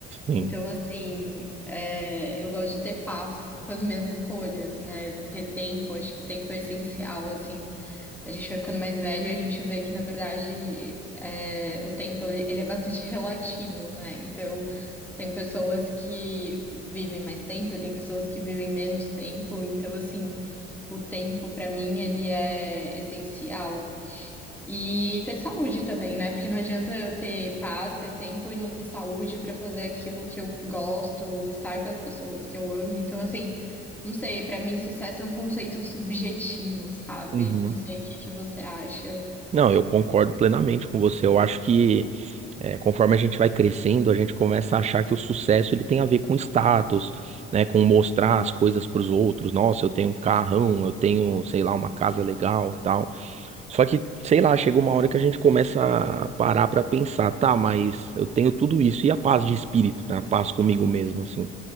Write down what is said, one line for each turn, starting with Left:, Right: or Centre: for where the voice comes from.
Right: sim.
Centre: Então, assim, é, eu gosto de ter paz com as minhas escolhas, né? Ter tempo, acho que tempo é essencial, assim. A gente vai ficando mais velho e a gente vê que, na verdade, é, o tempo, ele, ele é bastante <laughs> relativo, né? Então, tem pessoas que vivem mais tempo, tem pessoas que vivem menos tempo. Então, assim, o tempo, para mim, ele é essencial. E ter saúde também, né? Porque não adianta eu ter paz, ter tempo e não ter saúde pra fazer aquilo que eu gosto, estar com as pessoas que eu amo. Então, assim, não sei, pra mim sucesso é um conceito subjetivo, sabe?
Right: Uhum.
Centre: Não sei o que que você acha.
Right: Não, eu concordo plenamente com você. Eu acho que É, conforme a gente vai crescendo, a gente começa a achar que o sucesso ele tem a ver com status, né, com mostrar as coisas para os outros. Nossa, eu tenho um carrão, eu tenho, sei lá, uma casa legal, tal. Só que, sei lá, chega uma hora que a gente começa a parar para pensar, tá, mas eu tenho tudo isso e a paz de espírito, né, a paz comigo mesmo, assim.